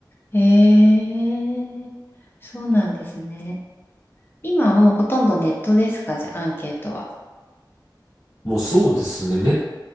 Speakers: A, on the left; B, on the left.
A: へえ、そうなんですね。今もうほとんどネットですか、じゃあ、アンケートは。
B: もうそうですね。ネッ